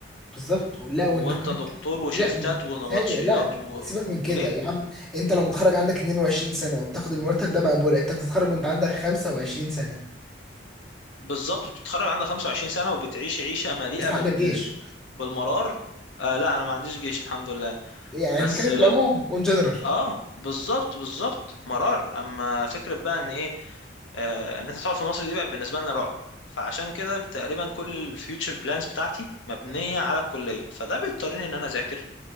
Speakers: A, in the centre; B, on the left (about 85°).
A: بالظبط لا
B: وانت
A: وانتوا كمان
B: دكتور وشيفتات
A: لا م-
B: ونبطشيات
A: ثانية لا
B: و...
A: سيبك من كده
B: وليلة
A: يا عم انت لو متخرج عندك 22 سنة وبتاخد المرتب ده مقبول انت بتتخرج وانت عندك 25 سنة
B: بالظبط وتتخرج عندها 25 سنة وبتعيش عيشة مليئة
A: لسه
B: بال...
A: عندك جيش
B: بالمرار آه لا انا ما عنديش جيش الحمد لله
A: يعني
B: بس
A: بنتكلم
B: اه
A: في العموم اون جنرال
B: آه، بالظبط بالظبط مرار اما فكرة بقى ان ايه آه ان انت تقعد في مصر دي بقى بالنسبة لنا رعب فعشان كده تقريبا كل الفيوتشر بلانز بتاعتي مبنية على الكلية فده بيضطرني ان انا اذاكر